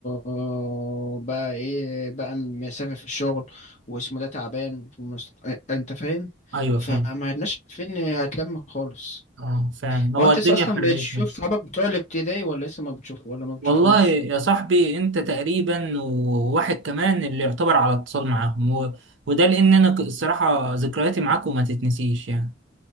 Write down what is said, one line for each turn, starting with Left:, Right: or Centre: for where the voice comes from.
Left: آه، بقى ايه بقى مسافر في الشغل واسمه ده تعبان في المس... اه، انت فاهم
Right: ايوه
Left: فما
Right: فاهم
Left: عدناش فين هتلم خالص
Right: اه فعلا
Left: هو
Right: هو
Left: انت
Right: الدنيا
Left: لسه اصلا
Right: حرقتنا
Left: بتشوف صحابك بتوع الابتدائي ولا لسه ما بتشوف ولا ما بتشوفهمش
Right: والله يا صاحبي انت تقريبا وواحد كمان اللي يعتبر على اتصال معاهم و... وده لان انا ك- الصراحه ذكرياتي معاكم ما تتنسيش يعني